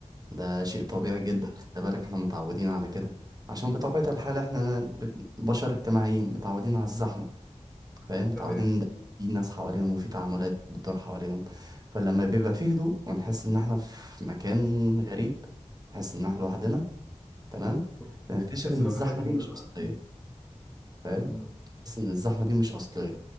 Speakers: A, on the right; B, in the centre.
A: ده شيء طبيعي
B: تمام
A: جدا خد بالك احنا متعودين على كده عشان بطبيعة الحال احنا بشر اجتماعيين متعودين على الزحمة فاهم متعودين
B: تمام
A: إن في ناس حواليهم وفي تعاملات بتدور حواليهم فلما بيبقى فيه هدوء ونحس ان احنا في مكان غريب نحس ان احنا لوحدنا تمام
B: م-
A: بنكتشف
B: تحس
A: ان
B: بقى
A: الزحمة
B: بحاجه غريبه
A: دي مش
B: بقى
A: أصلية فاهم
B: م-
A: نحس ان الزحمة دي مش أصلية